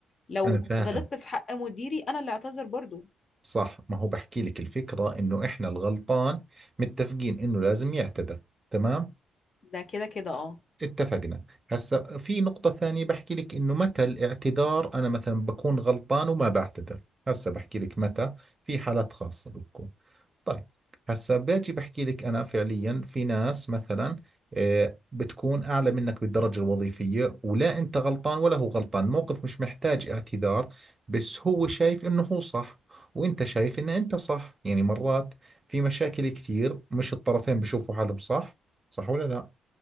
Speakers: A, on the left; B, on the right.
A: لو
B: أنا فاهم
A: غلطت في حق مديري انا اللي اعتذر برضو
B: صح ما هو بحكي لك الفكرة انه احنا الغلطان متفقين انه لازم يعتذر تمام
A: ده كده كده اه
B: اتفقنا هسا في نقطة ثانية بحكي لك انه متى الاعتذار انا مثلا بكون غلطان وما بعتذر هسا بحكي لك متى في حالات خاصة بتكون طيب هسا باجي بحكي لك انا فعليا في ناس مثلا آه، بتكون اعلى منك بالدرجه الوظيفيه ولا انت غلطان ولا هو غلطان موقف مش محتاج اعتذار بس هو شايف انه هو صح وانت شايف ان انت صح يعني مرات في مشاكل كثير مش الطرفين بشوفوا حالهم صح صح ولا لا